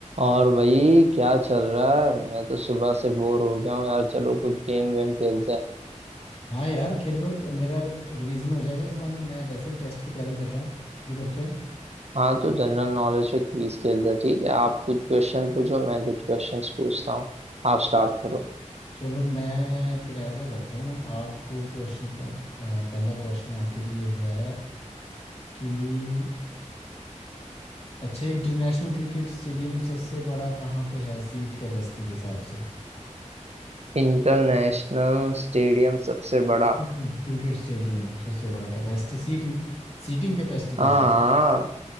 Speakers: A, on the right; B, on the left.
A: और भाई क्या चल रहा है मैं तो सुबह से बोर हो गया हूँ यार चलो कुछ गेम वेम खेलते हैं
B: हाँ यार खेल लो तो मेरा रिवीजन हो जाएगा इस बहाने मैं वैसे भी टेस्ट की तैयारी कर रहा हूँ शुरू करते हैं
A: हाँ तो जनरल नॉलेज पे क्विज खेलते हैं ठीक है आप कुछ क्वेश्चन पूछो मैं कुछ क्वेश्चंस पूछता हूँ आप स्टार्ट करो
B: चलो मैं फिर ऐसा करता हूँ आपको क्वेश्चन पहला क्वेश्चन आपके लिए है कि अच्छा इंटरनेशनल क्रिकेट स्टेडियम सबसे बड़ा कहाँ पे है सीट कैपेसिटी के हिसाब से
A: इंटरनेशनल स्टेडियम सबसे बड़ा
B: क्रिकेट क्रिकेट स्टेडियम सबसे बड़ा कैपेसिटी सीट सीटिंग कैपेसिटी के
A: हाँ
B: हिसाब